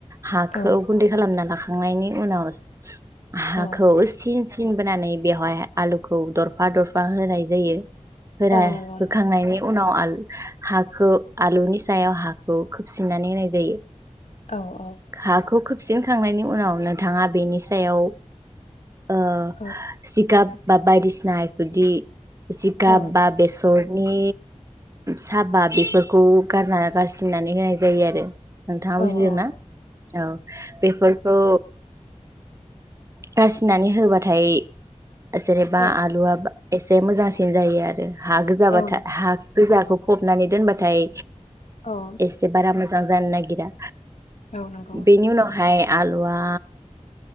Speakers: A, on the right; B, on the left.
A: हाखौ
B: औ
A: गुनदै खालामना लाखां खांनायनि उनाव हाखौ
B: औ
A: एसेसो सिन बोनानै बेवहाय आलुखौ दरफा दरफा होनाय जायो । फोरा
B: औ नंगौ
A: होखांनायनि
B: नंगौ
A: उनाव हाखौ आलुनि सायाव हाखौ खोबसिननानै होनाय जायो ‌।
B: औ औ
A: हाखौ खोबसिनखांनायनि उनाव नोथाङा बेनि सायाव ओ
B: औ
A: जिगाब बा बायदिसिना इफोरदि जिगाब
B: औ
A: थासरनि सापाट बेफोरखौ गारना गारसिननानै होनाय जायो आरो नोंथाङा
B: औ
A: बुजिदोंना
B: औ
A: औ बेफोर औ गारसिनानै होबाथाय जेनेबा
B: औ
A: आलुआ एसे मोजांसिन जायो आरो हा गोजाबाथाय
B: औ नंगौ
A: हा गोजाखौ फबनानै दोनबाथाय
B: औ
A: एसे बारा मोजां जां जानो नागिरा
B: औ नंगौ
A: बेनि उनावहाय आलुवा